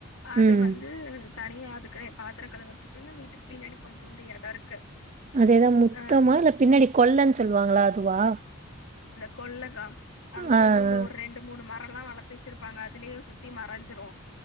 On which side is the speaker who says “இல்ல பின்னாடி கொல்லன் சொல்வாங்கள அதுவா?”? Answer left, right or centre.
Right